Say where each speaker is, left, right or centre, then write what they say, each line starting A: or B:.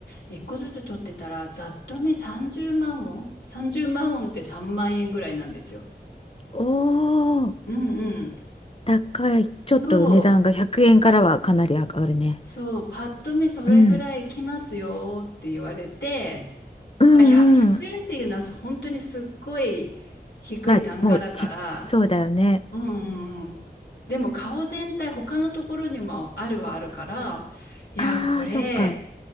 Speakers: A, on the left; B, on the left.
A: 一個ずつ取ってたらざっと見30万ウォン30万ウォンって3万円ぐらいなんですよ。
B: おおー、
A: うんうん。
B: 高い。ちょっと値段が100円からはかなり上がるね。
A: そうそう、パッと見それぐらいきますよって言われて、
B: うん、うん、
A: まあ、100、
B: うん。
A: 円っていうのは本当にすっごい低い単価だから、
B: まあ、もうち、そうだよね。
A: うんうんうん。でも顔全体他のところにもあるはあるから、いや、
B: ああ、
A: これ
B: そっか。